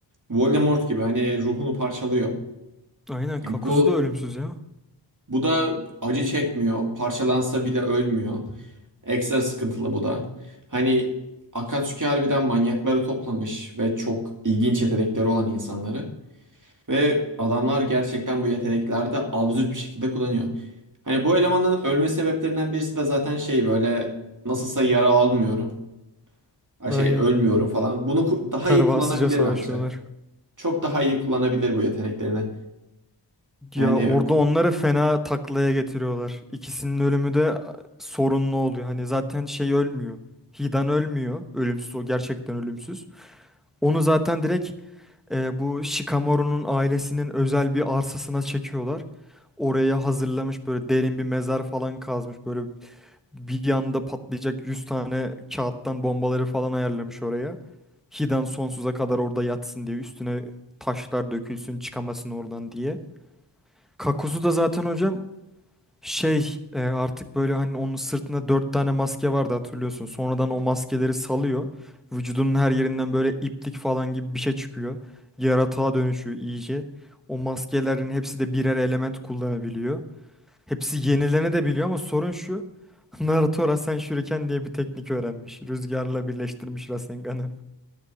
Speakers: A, on the right (about 45°); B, in the centre.
A: Voldemort gibi hani ruhunu parçalıyor.
B: Aynen.
A: Bu
B: Kakuzu da ölümsüz ya.
A: bu da acı çekmiyor. Parçalansa bile ölmüyor. Ekstra sıkıntılı bu da. Hani Akatsuki harbiden manyakları toplamış ve çok ilginç yetenekleri olan insanları. Ve adamlar gerçekten bu yetenekleri de absürt bir şekilde kullanıyor. Hani bu elemanın ölme sebeplerinden birisi de zaten şey böyle nasılsa yara almıyorum. Ha
B: Aynen.
A: Şey ölmüyorum falan. Bunu ku- daha
B: Pervasızca
A: iyi kullanabilir
B: savaşıyorlar.
A: bence. Çok daha iyi kullanabilir bu yeteneklerini. Yani
B: Ya orada
A: ku-
B: onları fena taklaya getiriyorlar. İkisinin ölümü de a, sorunlu oluyor. Hani zaten şey ölmüyor. Hidan ölmüyor. Ölümsüz o gerçekten ölümsüz. Onu zaten direkt e, bu Shikamaru'nun ailesinin özel bir arsasına çekiyorlar. Oraya hazırlamış böyle derin bir mezar falan kazmış. Böyle bir yanda patlayacak 100 tane kağıttan bombaları falan ayarlamış oraya. Hiden sonsuza kadar orada yatsın diye üstüne taşlar dökülsün çıkamasın oradan diye. Kakuzu da zaten hocam şey e, artık böyle hani onun sırtında dört tane maske vardı hatırlıyorsun. Sonradan o maskeleri salıyor. Vücudunun her yerinden böyle iplik falan gibi bir şey çıkıyor. Yaratığa dönüşüyor iyice. O maskelerin hepsi de birer element kullanabiliyor. Hepsi yenilene de biliyor ama sorun şu. <laughs> Naruto Rasen Shuriken diye bir teknik öğrenmiş. Rüzgarla birleştirmiş Rasengan'ı.